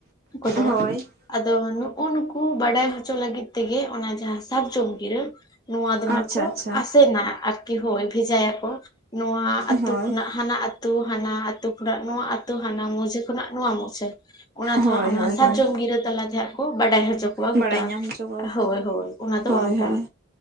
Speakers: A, on the left; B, on the right.
A: ᱟᱠᱚᱫᱚ,
B: ᱦᱳᱭ
A: ᱟᱫᱚ ᱱᱩᱜᱼᱩ ᱱᱩᱠᱩ ᱵᱟᱰᱟᱭ ᱦᱚᱪᱚ ᱞᱟᱹᱜᱤᱫ ᱛᱮᱜᱮ ᱚᱱᱟ ᱡᱟᱦᱟᱸ ᱥᱟᱨᱡᱚᱢ ᱜᱤᱨᱟᱹ ᱱᱚᱣᱟ ᱫᱚ
B: ᱟᱪᱪᱷᱟ
A: ᱦᱟᱸᱜ ᱠᱚ
B: ᱟᱪᱪᱷᱟ
A: ᱟᱥᱮᱱᱟ ᱟᱨᱠᱤ ᱦᱳᱭ ᱵᱷᱮᱡᱟᱭᱟᱠᱚ᱾ ᱱᱚᱣᱟ ᱟᱹᱛᱩ
B: ᱦᱳᱭ
A: ᱠᱷᱚᱱᱟᱜ ᱦᱟᱱᱟ ᱟᱛ ᱛᱩ ᱦᱟᱱᱟ ᱟᱛᱩ ᱠᱷᱚᱱᱟᱜ ᱱᱚᱣᱟ ᱟᱛᱩ, ᱦᱟᱱᱟ ᱢᱩᱦᱡᱷᱟᱹ ᱠᱷᱚᱱᱟᱜ ᱱᱚᱣᱟ ᱢᱩᱦᱡᱷᱟᱹ᱾ ᱚᱱᱟ ᱫᱚ
B: ᱦᱳᱭ
A: ᱦᱟᱸᱜ ᱚᱱᱟ
B: ᱦᱳᱭ ᱦᱳᱭ
A: ᱥᱟᱨᱡᱚᱢ ᱜᱤᱨᱟᱹ ᱛᱟᱞᱟᱛᱮ ᱦᱟᱸᱜ ᱠᱚ ᱵᱟᱰᱟᱭ ᱦᱚᱪᱚ ᱠᱚᱣᱟ
B: ᱵᱟᱲᱟᱭ
A: ᱜᱚᱴᱟ
B: ᱧᱟᱢ ᱦᱚᱪᱚ ᱠᱚᱣᱟ ᱠᱚ
A: ᱦᱳᱭ ᱦᱳᱭ᱾ ᱚᱱᱟ ᱫᱚ
B: ᱦᱳᱭ
A: ᱚᱱᱠᱟ
B: ᱦᱳᱭ